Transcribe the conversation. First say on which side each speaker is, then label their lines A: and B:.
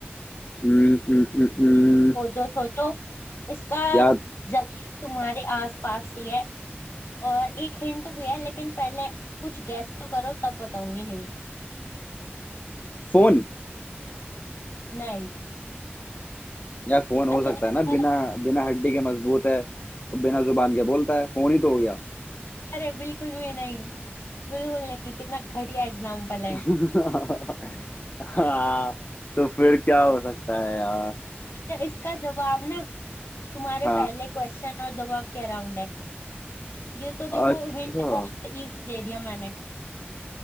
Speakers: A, on the left; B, on the left.
A: न, न, न, न,
B: सोचो सोचो इसका
A: या
B: जवाब तुम्हारे आसपास ही है और एक हिंट भी है लेकिन पहले कुछ गैस तो करो तब बताऊंगी हिंट
A: फोन
B: नहीं
A: या फोन हो
B: अच्छा
A: सकता
B: इसका
A: है ना बिना बिना हड्डी के मजबूत है बिना जुबान के बोलता है फोन ही तो हो गया
B: अरे बिल्कुल भी नहीं बिल्कुल नहीं कितना घटिया एग्जाम्पल है
A: <laughs> हाँ तो फिर क्या हो सकता है यार
B: अच्छा इसका जवाब ना तुम्हारे
A: हाँ,
B: पहले क्वेश्चन और जवाब के अराउंड है ये तो देखो
A: अच्छा
B: हिंट बहुत इजी दे दिया मैंने